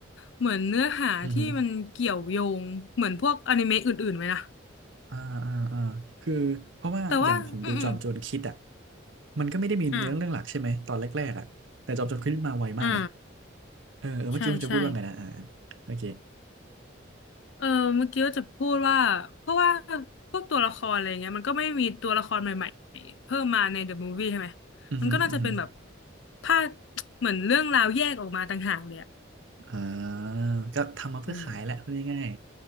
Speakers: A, on the left; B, on the right.
A: เหมือนเนื้อหาที่มันเกี่ยวโยงเหมือนพวกอนิเมะอื่นๆไหมนะ
B: อือฮึอ่าอ่าอ่าคือเพราะว่าอย่างผมดูจอมโจรคิดอ่ะ
A: แต่ว่าอืม
B: มันก็ไม่ได้มีเนื้อเรื่องหลักใช่ไหมตอนแรกๆอ่ะแต่จอมโจรคิดมาไวมากไง
A: อ่าอ่า
B: เออเออเมื่อกี้คุณจะพูดว่าไงนะอ่า
A: ใช่ใช่
B: โอเค
A: เออเมื่อกี้ว่าจะพูดว่าเพราะว่าพวกตัวละครอะไรเงี้ยมันก็ไม่มีตัวละครใหม่ๆเพิ่มมาในเดอะมูฟวี่ใช่ไหม
B: อือหืออือหือ
A: มันก็น่าจะเป็นแบบภาคเหมือนเรื่องราวแยกออกมาต่างหากเลยอะ
B: อ่าก็ทำมาเพื่อขายแหละพูดง่าย
A: อืม